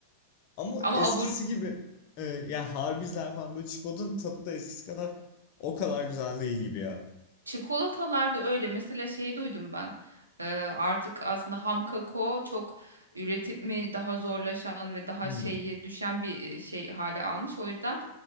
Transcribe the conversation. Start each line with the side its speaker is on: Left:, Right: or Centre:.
Left: Ama
Right: Ama
Left: eskisi
Right: abur...
Left: gibi e, ya harbizler falan böyle çikolatanın tadı da eskisi kadar o kadar güzel değil gibi ya.
Right: Çikolatalarda öyle. Mesela şey duydum ben. Ee, artık aslında ham kakao çok üretimi daha zorlaşan ve daha
Left: Hmm,
Right: şeyi düşen bir e, şey hale almış. O yüzden